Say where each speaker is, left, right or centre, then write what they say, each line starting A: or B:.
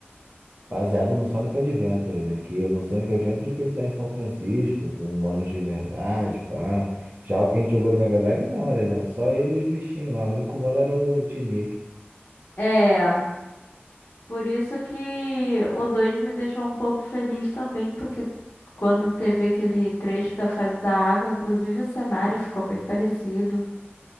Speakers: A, on the right; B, on the left.
A: baseado no Sonic Adventure, né? Que no Sonic Adventure que ele tá em São Francisco, com humanos de verdade, pá. Já o que a gente jogou no Mega Drive, não, era só ele e os bichinhos lá. O único humano era o Tinique.
B: é. Por isso que o 2 me deixou um pouco feliz também, porque quando teve aquele trecho da fase da água, inclusive o cenário ficou bem parecido.